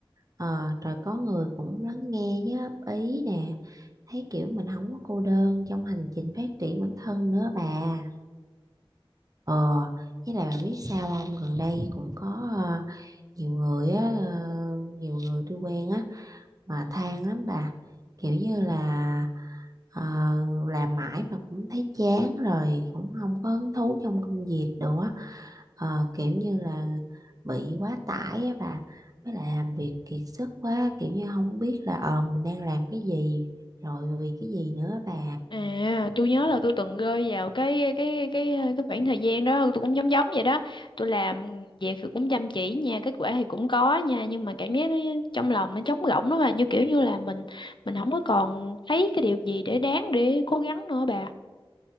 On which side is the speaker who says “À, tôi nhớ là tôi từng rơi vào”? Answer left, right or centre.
Left